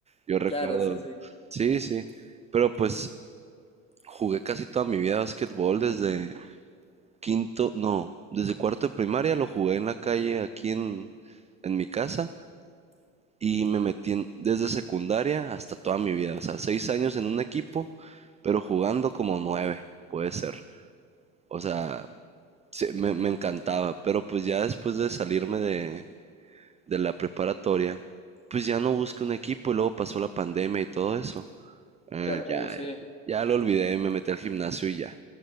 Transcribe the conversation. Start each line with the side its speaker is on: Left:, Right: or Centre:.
Right: Yo recuerdo,
Left: Claro, sí, sí.
Right: sí, sí. Pero pues jugué casi toda mi vida básquetbol desde quinto, no, desde cuarto de primaria lo jugué en la calle aquí en, en mi casa y me metí en- desde secundaria hasta toda mi vida. O sea, seis años en un equipo, pero jugando como nueve, puede ser. O sea, sí, me, me encantaba. Pero pues ya después de salirme de, de la preparatoria, pues ya no busqué un equipo y luego pasó la pandemia y todo eso. Eh,
Left: Claro,
Right: ya,
Left: uh, sí.
Right: ya lo olvidé, me metí al gimnasio y ya.